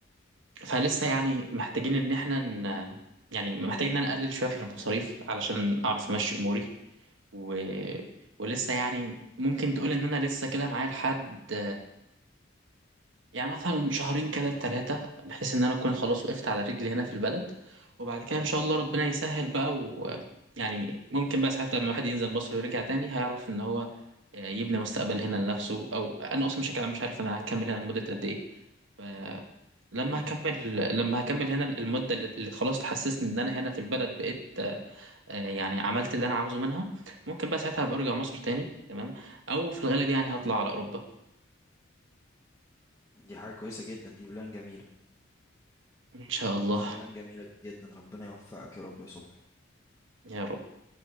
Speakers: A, on the right (about 65°); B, on the left (about 15°).
A: فلسه يعني محتاجين ان احنا ن... يعني محتاجين ان انا اقلل شوية في المصاريف علشان اعرف امشي اموري و... ولسه يعني ممكن تقول ان انا لسه كده معايا لحد يعني مثلا شهرين كده ثلاثة بحيث إن أنا أكون خلاص وقفت على رجلي هنا في البلد وبعد كده إن شاء الله ربنا يسهل بقى ويعني ممكن بقى ساعات لما الواحد ينزل مصر ويرجع تاني هيعرف إن هو آه، يبني مستقبل هنا لنفسه أو أنا أصلا بشكل عام مش عارف أنا هكمل هنا لمدة قد إيه فلما
B: مهم.
A: هكمل لما هكمل هنا المدة اللي اللي خلاص تحسسني إن أنا هنا في البلد بقيت آه، آه، يعني عملت اللي أنا عاوزه منها ممكن بقى ساعتها أبقى أرجع مصر تاني تمام أو في الغالب يعني هطلع على أوروبا
B: دي حاجة كويسة جدا دي بلان جميلة
A: إن شاء الله
B: دي بلان جميلة جدا ربنا يوفقك يا رب يا صبحي
A: يا رب